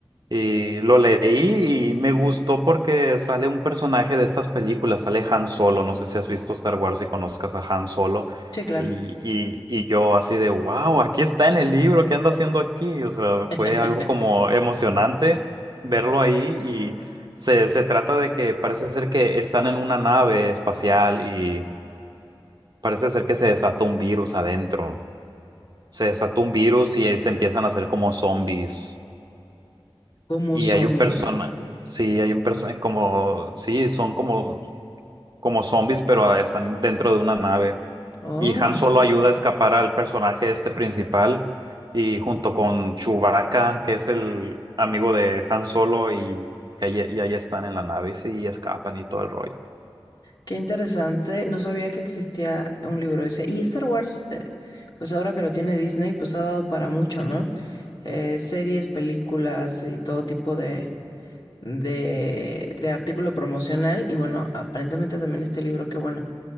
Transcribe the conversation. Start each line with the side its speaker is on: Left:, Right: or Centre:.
Right: Y lo leí y me gustó porque sale un personaje de estas películas, sale Han Solo, no sé si has visto Star Wars y conozcas a Han Solo,
Left: sí, claro.
Right: y, y, y yo así de, wow, aquí está en el libro, ¿qué anda haciendo aquí? O sea,
Left: <laughs>
Right: fue algo como emocionante verlo ahí y se, se trata de que parece ser que están en una nave espacial y parece ser que se desata un virus adentro, se desata un virus y se empiezan a hacer como zombies.
Left: Como
Right: Y
Left: zombie.
Right: hay un persona, sí, hay un persona, como, sí, son como, como zombies, pero ah, están dentro de una nave.
Left: Oh,
Right: Y Han Solo ayuda a escapar al personaje este principal y junto con Chewbacca, que es el amigo de Han Solo, y, y ahí, y ahí están en la nave y, sí, y escapan y todo el rollo.
Left: qué interesante. No sabía que existía un libro ese. Y Star Wars, eh, pues ahora que lo tiene Disney, pues ha dado para mucho, ¿no? Eh, series, películas y todo tipo de, de, de artículo promocional y bueno, aparentemente también este libro, qué bueno.